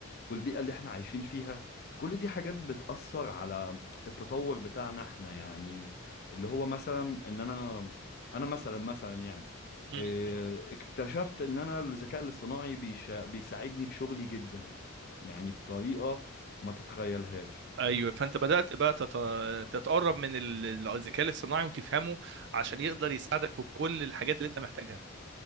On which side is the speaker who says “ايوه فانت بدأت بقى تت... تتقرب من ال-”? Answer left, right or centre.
Right